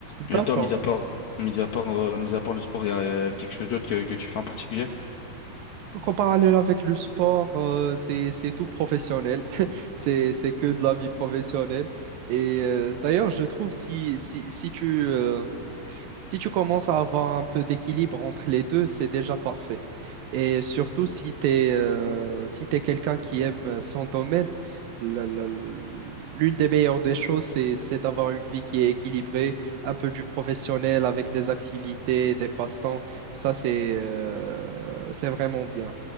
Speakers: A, on the left (about 75°); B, on the right (about 75°).
A: Et
B: d'accord.
A: toi, mis à part mis à part euh, mis à part le sport, il y a euh, quelque chose d'autre que, que tu fais en particulier?
B: Donc, en parallèle avec le sport, euh, c'est, c'est tout professionnel. <laughs> C'est, c'est que de la vie professionnelle. Et euh, d'ailleurs, je trouve si, si, si tu, euh, Si tu commences à avoir un peu d'équilibre entre les deux, c'est déjà parfait. Et surtout si tu es, si t'es quelqu'un qui aime son domaine, la- la- l'une des meilleures des choses, c'est, c'est d'avoir une vie qui est équilibrée, un peu du professionnel avec des activités, des passe-temps. Ça, c'est euh, c'est vraiment bien.